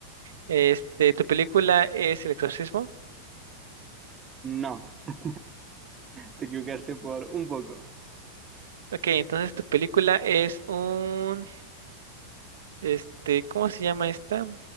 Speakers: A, on the right; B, on the right.
A: Este, tu película es el exorcismo.
B: No, <laughs> te equivocaste por un poco.
A: Ok, entonces tu película es un, este, ¿cómo se llama esta?